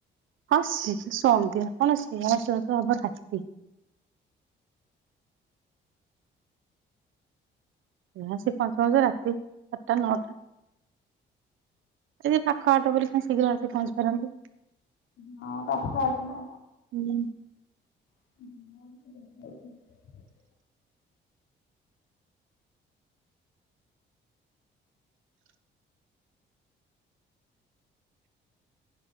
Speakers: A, on the right; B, on the left.
A: ହଁ ସି ସି ସନ୍ଧ୍ୟା କଣ ସିଏ ଆସୁ ଆସୁ ହବ ରାତି। ଏ ଆସି ପହଞ୍ଚ ପହଞ୍ଚୁକା ରାତି ଆଟଟା ନଅଟା। ଏଇ ଯେ ପାଖ ବାଟ ବୋଲି କଁ ଶୀଘ୍ର ଆସି ପହଞ୍ଚିପାରନ୍ତି।
B: ଉଁ ହୁଁ ହଁ ପାଖ ଆସୁନୁ।
A: ହୁଁ।
B: <inaudible>